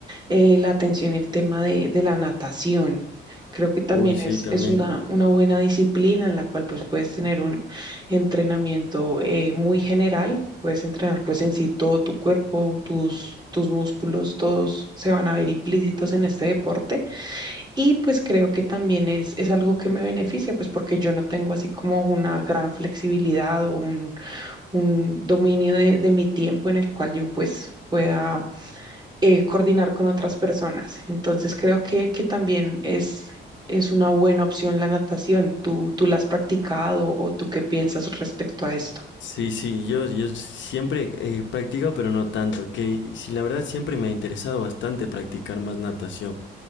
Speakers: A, on the right (about 20°); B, on the left (about 70°).
A: eh, la atención el tema de, de la natación. Creo que también
B: Uy, sí,
A: es,
B: también.
A: es una, una buena disciplina en la cual pues puedes tener un entrenamiento eh, muy general, puedes entrenar pues en sí todo tu cuerpo, tus, tus músculos, todos se van a ver implícitos en este deporte y pues creo que también es, es algo que me beneficia pues porque yo no tengo así como una gran flexibilidad o un, un dominio de, de mi tiempo en el cual yo pues pueda eh, coordinar con otras personas. Entonces creo que, que también es, es una buena opción la natación. ¿Tú, tú la has practicado o tú qué piensas respecto a esto?
B: Sí, sí, yo, yo siempre he practicado, pero no tanto. Que si la verdad siempre me ha interesado bastante practicar más natación.